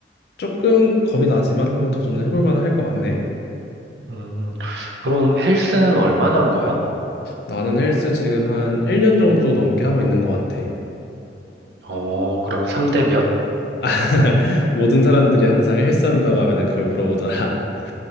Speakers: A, on the left; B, on the right.
A: 조금 겁이 나지만 한번 도전을 해볼 만할 것 같네.
B: 음, 그럼 헬스는 얼마나 한 거야?
A: 나는 헬스 지금 한 1년 정도 넘게 하고 있는 것 같아.
B: 어, 그러면 3대 몇?
A: <laughs> 모든 사람들이 항상 헬스한다고 하면은 그걸 물어보더라. <laughs>